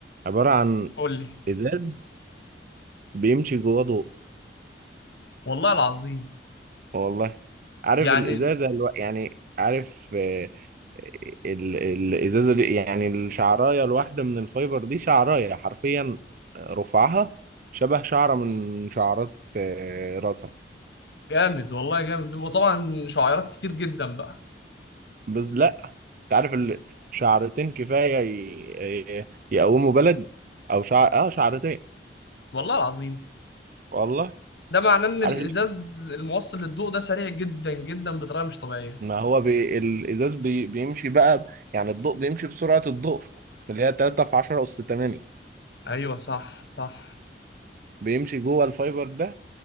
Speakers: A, on the right; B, on the left.
A: عبارة عن
B: قول لي
A: ازاز بيمشي جواه ضوء
B: والله العظيم
A: والله عارف
B: يعني
A: الازازة الو... يعني عارف آه، ال... الازازة دي يعني الشعراية الواحدة من الفايبر دي شعراية حرفيا رفعها شبه شعرة من شعرات آه، راسك
B: جامد والله جامد بيبقوا طبعا شعيرات كتير جدا بقى
A: بس لا انت عارف ال- شعرتين كفايه ي... ي- يقوموا بلد او شعر اه شعرتين
B: والله العظيم
A: والله
B: ده معناه ان الازاز
A: عارف ليه؟
B: الموصل للضوء ده سريع جدا جدا بطريقه مش طبيعيه
A: ما هو بي... الازاز بي... بيمشي بقى يعني الضوء بيمشي بسرعه الضوء اللي هي 3 في 10 اس 8
B: ايوه صح صح
A: بيمشي جوه الفايبر ده